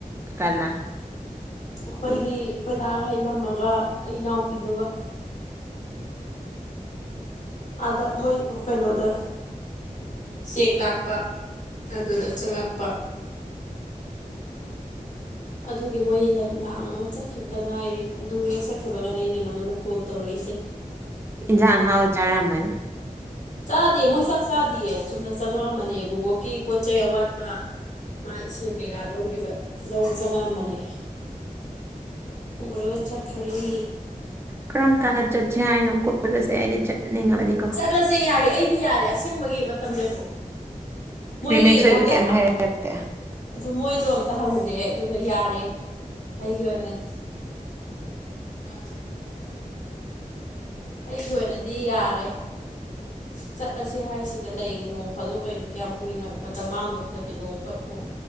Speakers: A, on the right; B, on the left.
A: ꯀꯅꯥ
B: ꯑꯩꯈꯣꯏꯒꯤ ꯑꯩꯈꯣꯏ ꯗꯥꯒ ꯏꯅꯝꯃꯒ ꯑꯩ ꯏꯅꯥꯎꯄꯤꯗꯨꯒ ꯑꯗ ꯃꯣꯏ ꯀꯩꯅꫭꯗ ꯆꯦꯛ ꯂꯥꯛꯄ ꯑꯗꯨꯗ ꯆꯪꯉꯛꯄ ꯑꯗꯨꯒꯤ ꯃꯣꯏ ꯂꯥ ꯂꯥꯛꯑꯝꯃꯒ ꯆꯠꯈꯤꯕꯇ ꯉꯥꯏꯔꯤ ꯑꯗꯨ ꯍꯦꯛ ꯆꯠꯈꯤꯕꯒꯅꯦ ꯑꯩꯅ ꯅꯪꯉꯣꯟꯗ ꯀꯣꯜ ꯇꯧꯔꯛꯏ ꯁꯦ
A: ꯏꯟꯖꯥꯡ ꯑꯍꯥꯎ ꯆꯔꯃꯅꯤ
B: ꯆꯥꯗꯦ ꯃꯣꯏ ꯆꯥꯛ ꯆꯥꯗꯤꯌꯦ ꯆꯨꯝꯅ ꯆꯪꯉꯛꯑꯝꯕꯅꯦ ꯚꯣꯕꯣꯛꯀꯤ ꯄꯣꯠ ꯆꯩ ꯑꯋꯥꯠꯄ ꯃꯥ ꯏꯁ‌ꯦ ꯀꯩꯀꯥ ꯂꯧꯒꯤꯕ ꯂꯧꯕ ꯆꯪꯉꯛꯑꯝꯕꯅꯦ ꯄꯨꯔꯒ ꯆꯠꯈꫪ‌ꯦ
A: ꯀꯔꯝ ꯀꯥꯟꯗ ꯆꯠꯁꯦ ꯍꯥꯏꯅꯣ ꯀꯣꯏꯕꯁꯦ ꯑꯩꯗꯤ ꯆꯠꯅꯤꯡꯉꯕꯅꯤꯀꯣ
B: ꯆꯠꯂꯁꯦ ꯌꯥꯏꯌꯦ ꯑꯩꯗꯤ ꯌꯥꯔꯦ ꯑꯁꯦꯡꯕꯒꯤ ꯃꯇꯝꯂ‌ꯦꯞꯄꫭ ꯃꯣꯏꯒꯤ
A: ꯔꯤꯃꯦꯛꯁ ꯍꯣꯏꯁꯨ
B: ꯑꯝꯇ
A: ꯀꯩꯝ
B: ꯍꯥ
A: ꯍꯥꯏꯔꯛꯇꯦ
B: ꯑꯗꫭ ꯃꯣꯏꯗꯣ ꯑꯝꯇ ꯍꯪꯖ‍ꯦ ꯑꯗꯨꯒ ꯌꯥꯔꯦ ꯑꯩꯒꯤ ꯑꯣꯏꯅꯗꯤ <unintelligible> ꯑꯩꯒꯤ ꯑꯣꯏꯅꯗꯤ ꯌꯥꯔꯦ ꯆꯠꯂꯁꯦ ꯍꯥꯏꯁꯤꯗ ꯂꯩꯒ‌ꯦ ꯅꫭꯡ ꯐꯥꯗꯣꯛ ꯀꯩꯅꯣ ꯀꯌꯥꯝ ꯀꯨꯏꯅ ꯃꯇꯝ ꯃꯥꯡꯗꯧꯁꯨ ꯅꯠꯇꯦ ꯅꯣꯡ ꯈꯛꯄꯨ